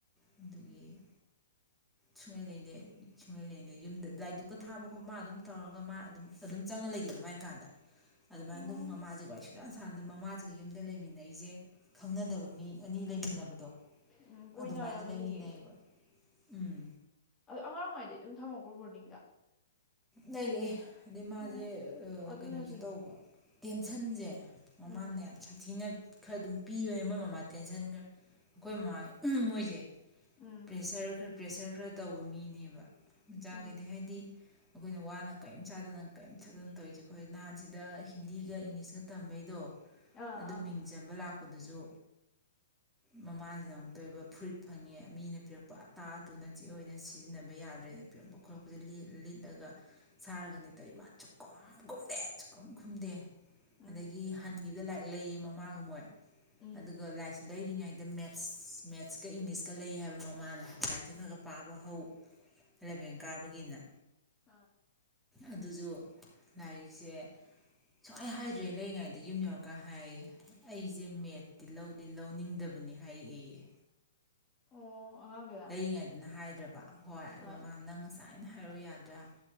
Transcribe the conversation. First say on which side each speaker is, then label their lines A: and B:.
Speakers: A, in the centre; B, on the left.
A: ꯑꯗꯨꯗꯒꯤ ꯁꯨꯡꯂꯩ ꯂꯦꯡꯗꯦ ꯁꯨꯡꯂꯩ ꯂꯦꯡꯗꯦ ꯌꯨꯝꯗꯂꯥꯏ ꯙꯨꯞꯀꯥ ꯊꯔꯤꯗꯨꯨꯛꯀ ꯊꯥꯕ ꯈꯣꯠꯄ ꯃꯥ ꯑꯗꯨꯝ ꯇꯧꯔꯒ ꯃꯥ ꯑꯗꯨꯝ ꯑꯗꯨꯝ ꯆꯪꯉ ꯂꯩꯒꯦꯕ ꯃꯥꯏ ꯀꯥꯟꯗ ꯑꯗꯨꯃꯥꯏꯅ
B: ꯑꯣ
A: ꯑꯗꯨꯝ ꯃꯃꯥꯁꯤꯅ ꯂꯣꯏ ꯏꯁꯟꯁꯥꯟꯗ ꯃꯃꯥꯁꯤꯒ ꯌꯨꯝꯗ ꯂꯩꯃꯤꯟꯅꯩꯁꯦ ꯈꯪꯅꯗꯕ ꯃꯤ ꯑꯅꯤ ꯂꯩꯃꯤꯟꯅꯕꯗꯣ
B: ꯎꯝ ꯀꯣꯏꯅꯔꯥꯃꯅꯤꯌꯦ
A: ꯑꯗꯨꯃꯥꯏꯅ ꯂꯩꯃꯤꯟꯅꯩꯌꯦꯕ ꯎꯝ
B: ꯑꯗ ꯑꯉꯥꯡ ꯑꯣꯏꯔꯤ ꯉꯥꯏꯗꯒꯤ ꯑꯗꯨꯝ ꯊꯝꯃꯛꯄꯔꯣ ꯕꯣꯔꯗꯤꯡꯗ
A: ꯂꯩꯔꯛꯑ ꯑꯗꯩ ꯃꯥꯁꯦ
B: ꯑꯣ ꯑꯗꯨꯅꯁꯨꯅꯤ
A: ꯀꯩꯅꯣꯁꯨ ꯇꯧꯕ ꯇꯦꯟꯁꯟꯁꯦ ꯃꯃꯥꯅ
B: ꯎꯝ
A: ꯌꯥꯝ ꯁꯥꯊꯤꯅ ꯈꯔ ꯑꯗꯨꯝ ꯄꯤꯕꯅꯦ ꯃꯣꯏ ꯃꯃꯥ ꯇꯦꯟꯁꯟ ꯈꯔ ꯑꯩꯈꯣꯏ ꯃꯃꯥ ꯃꯣꯏꯁꯦ
B: ꯎꯝ
A: ꯄ꯭ꯔꯦꯁꯔ ꯈꯔꯥ ꯄ꯭ꯔꯦꯁꯔ ꯈꯔ ꯇꯧꯕ ꯃꯤꯅꯦꯕ ꯃꯆꯥꯈꯩꯗꯤ
B: ꯎꯝ
A: ꯍꯥꯏꯗꯤ ꯑꯩꯈꯣꯏꯅ ꯋꯥꯅ ꯀꯔꯤꯝ ꯆꯥꯗꯅ ꯀꯔꯤꯝ ꯊꯛꯇꯥꯅ ꯇꯧꯔꯤꯁꯦ ꯃꯣꯏꯗꯤ ꯅꯍꯥꯟꯁꯤꯗ ꯍꯤꯟꯗꯤꯒ ꯏꯪꯂꯤꯁꯀ ꯇꯝꯕꯩꯗꯣ
B: ꯑꯥ
A: ꯑꯗꯨ
B: ꯑꯥ
A: ꯃꯤꯡ ꯆꯟꯕ ꯂꯥꯛꯄ ꯑꯗꯨꯁꯨ ꯃꯃꯥꯁꯤꯅ ꯑꯃꯨꯛꯇ ꯑꯣꯏꯕ ꯐ꯭ꯔꯨꯔꯤꯠ ꯐꯪꯉꯦ ꯃꯤꯅ ꯄꯤꯔꯛꯄ ꯑꯇꯥ ꯑꯇꯨꯅ ꯆꯤ ꯑꯣꯏꯅ ꯁꯤꯖꯤꯟꯅꯕ ꯌꯥꯗ꯭ꯔꯦꯅ ꯄꯤꯔꯛꯄ ꯈꯣꯠꯂꯛꯄꯁꯦ ꯂꯤꯠ ꯂꯤꯠꯂꯒ ꯁꯥꯔꯒꯅꯤ ꯂꯤꯠꯇꯣꯏꯕ ꯁꯨꯈꯨꯝ ꯈꯨꯝꯗꯦ ꯁꯨꯛꯈꯨꯝ ꯈꯨꯝꯗꯦ
B: ꯎꯝ
A: ꯑꯗꯒꯤ ꯍꯟꯒꯤ ꯁꯤꯗ ꯂꯥꯏꯔꯤꯛ ꯂꯩꯌꯦ ꯃꯃꯥꯒ ꯃꯣꯏ
B: ꯎꯝ
A: ꯑꯗꯨꯒ ꯂ ꯂꯩꯔꯤꯉꯩꯗ ꯃꯦꯠꯁ ꯃꯦꯠꯁꯀ ꯏꯪꯂꯤꯁ ꯀꯂꯩ ꯍꯥꯏꯕ ꯃꯃꯥꯅ ꯂꯥꯏꯔꯤꯛꯇ ꯈꯔ
B: ꯎꯝ
A: ꯈꯔ ꯄꯥꯕ ꯍꯧ ꯂꯕꯦꯟ ꯀꯥꯕꯒꯤꯅ
B: ꯑꯥ
A: ꯑꯗꯨꯁꯨ ꯂꯥꯏꯔꯤꯛꯁꯦ ꯁꯨꯃꯥꯏ ꯍꯥꯏꯗ꯭ꯔꯦ ꯂꯩꯔꯤꯉꯩꯗ ꯌꯨꯝ ꯌꯧꯔꯀꯥꯟ ꯍꯥꯏꯌꯦ ꯑꯩꯁꯦ ꯃꯦꯠꯇꯤ ꯂꯧꯗꯤ ꯂꯧꯅꯤꯡꯗꯕꯅꯤ ꯍꯥꯏꯔꯛꯏꯌꯦ
B: ꯑꯣ ꯑꯉꯥꯡꯗꯨꯔ
A: ꯂꯩꯔꯤꯉꯩꯗꯅ ꯍꯥꯏꯗ ꯗꯕ ꯍꯣꯏ ꯑꯗꯨ
B: ꯑꯥ
A: ꯃꯥ ꯅꯪ ꯉꯁꯥꯏ ꯑꯩꯅ ꯍꯥꯏꯔꯛꯎ ꯌꯥꯗ꯭ꯔꯥ